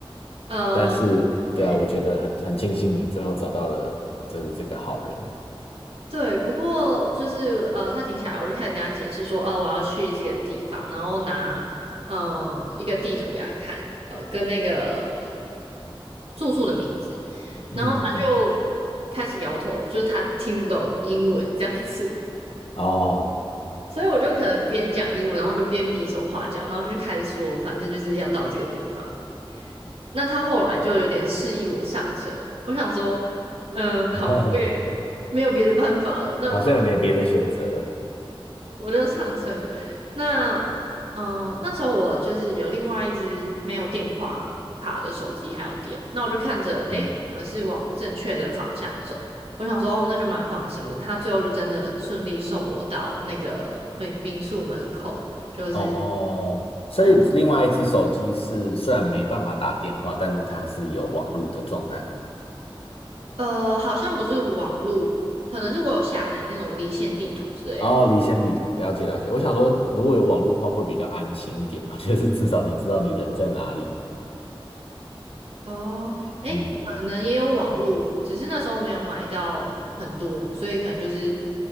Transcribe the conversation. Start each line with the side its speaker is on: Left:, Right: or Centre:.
Right: 呃，
Left: 但是，
Right: 对
Left: 对啊，我觉得很很庆幸你最后找到了就是这个好人。
Right: 对，不过就是呃，他停下来，我就开始跟他解释说，哦、我要去这个地方，然后拿呃一个地图给他看，呃，跟那个住宿的名字，
Left: 嗯嗯嗯，
Right: 然后他就开始摇头，就是他听不懂英文这样子。
Left: 哦，
Right: 所以我就可能边讲英文，然后就边比手画脚，然后就开始说，反正就是要到这个地方。那他后来就有点示意我上车，我想说，嗯，好啊我也没有别的办法了，
Left: <laughs>
Right: 那不然。
Left: 好像也没别的选择了。
Right: 我就上车。那嗯、呃那时候我就是有另外一只没有电话卡的手机还有电，那我就看着，
Left: 嗯，
Right: 诶，我们是往正确的方向走。我想说，哦，那就蛮放心的。他最后就真的顺利送我到那个民民宿门口，就是
Left: 哦，所以另外一只手机是虽然没办法打电话，
Right: 很
Left: 但是它是有网络的状态嘛？
Right: 呃，好像不是网络，可能是我有下载那种离线地图之类的。
Left: 哦，离线地图，了解了解。我想说，如果有网络的话，会比较安心一点嘛，<laughs> 就是至少你知道你人在哪里。
Right: 哦，诶，
Left: 嗯。
Right: 可能也有网路，只是那时候没有买到很多，所以可能就是